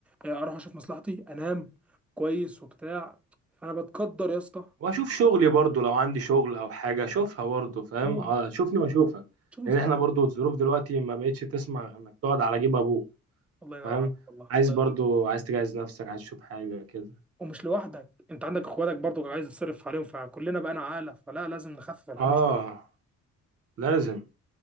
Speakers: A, in the centre; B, on the right (about 50°).
A: آه، اروح اشوف مصلحتي انام كويس وبتاع فانا بتقدر يا اسطى
B: <laughs> واشوف شغلي برضو لو عندي شغل او حاجة اشوفها برضو فاهم
A: أه،
B: آه، شوفني واشوفك
A: شوف مستقبلك
B: لان احنا برضو الظروف دلوقتي ما بقتش تسمع انك تقعد على جيب ابوك
A: الله ينور
B: فاهم
A: عليك والله
B: عايز
A: الله
B: برضو
A: يخليك.
B: عايز تجهز نفسك عايز تشوف حاجة كده
A: ومش لوحدك انت عندك اخواتك برضو عايز تصرف عليهم فكلنا بقى عاله فلا لازم نخفف الحمل
B: اه
A: شويه
B: لازم